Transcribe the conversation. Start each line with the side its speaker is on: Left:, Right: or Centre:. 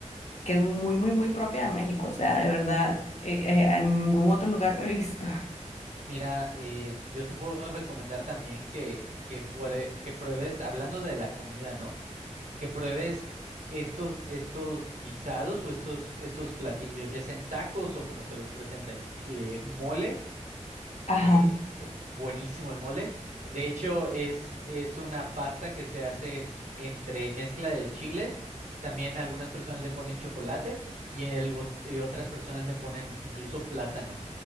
Left: que es muy, muy, muy propia de México, o sea, de verdad, eh, eh, en ningún otro lugar lo he visto.
Right: Mira, eh, yo te puedo recomendar también que, que, puede- que pruebes, hablando de la comida, ¿no? Que pruebes estos, estos guisados o estos, estos platillos, ya sean tacos o como te los presenten. eh, mole
Left: Ajá.
Right: eh, eh, buenísimo el mole. De hecho, es, es una pasta que se hace entre mezcla de chiles. También algunas personas le ponen chocolate y, el go- y otras personas le ponen incluso plátano.